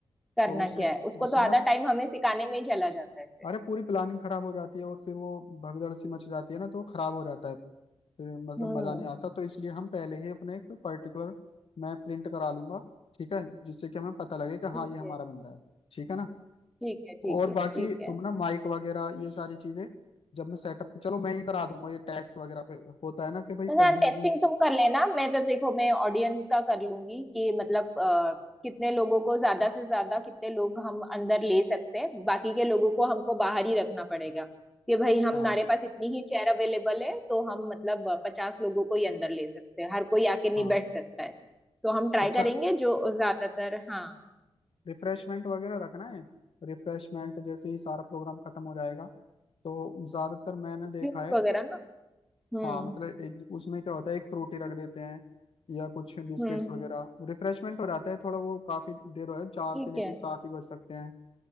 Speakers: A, in the centre; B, on the left.
A: करना
B: तो उससे
A: क्या है उसको
B: उससे
A: तो आधा
B: ना वो
A: टाइम हमें सिखाने में ही चला जाता है फिर
B: अरे पूरी प्लानिंग खराब हो जाती है और फिर वो भगदड़ सी मच जाती है ना तो वो खराब हो जाता है फिर मतलब
A: हम्म
B: मजा नहीं आता तो इसलिए हम पहले ही अपने एक पर्टिकुलर मैं प्रिंट करा लूंगा ठीक है जिससे कि हमें पता लगे कि
A: ठीक
B: हाँ ये हमारा
A: है
B: बंदा है ठीक है ना
A: ठीक है ठीक
B: और
A: है
B: बाकी
A: ठीक है
B: तुम ना माइक वगैरह ये सारी चीजें जब मैं सेटअप चलो मैं ही करा दूंगा ये टेस्ट वगैरह पे होता है ना कि भाई
A: यार
B: पहले
A: टेस्टिंग
B: ही
A: तुम कर लेना मैं तो देखो मैं ऑडियंस का कर लूंगी कि मतलब अ, कितने लोगों को ज्यादा से ज्यादा कितने लोग हम अंदर ले सकते हैं बाकी के लोगों को हमको बाहर ही रखना पड़ेगा कि भाई हमारे
B: हाँ
A: पास इतनी ही चेयर अवेलेबल है तो हम मतलब पचास लोगों को ही अंदर ले सकते हैं हर कोई आके नहीं
B: हाँ
A: बैठ सकता है तो हम ट्राई
B: अच्छा
A: करेंगे जो ज्यादातर हाँ
B: रिफ्रेशमेंट वगैरह रखना है रिफ्रेशमेंट जैसे ही सारा प्रोग्राम खत्म हो जाएगा तो ज्यादातर मैंने देखा
A: जूस
B: है
A: वगैरह ना हम्म
B: हाँ मतलब एक उसमें क्या होता है एक फ्रूटी रख देते हैं या कुछ बिस्किट्स
A: हम्म
B: वगैरह रिफ्रेशमेंट हो जाता है थोड़ा वो काफी देर हो है चार
A: ठीक
B: से लेके
A: है
B: सात ही बज सकते हैं